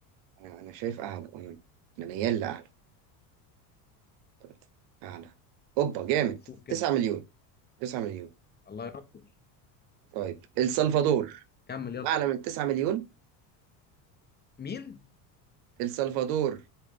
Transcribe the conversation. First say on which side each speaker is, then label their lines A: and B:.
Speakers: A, on the right; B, on the left.
A: انا انا شايف اعلى انا أنا ميال لاعلى طيب، اعلى اوبا جامد
B: طب شوف كده
A: 9 مليون 9 مليون
B: الله يرحمه
A: طيب السلفادور
B: كمل يلا
A: اعلى من 9 مليون
B: مين
A: السلفادور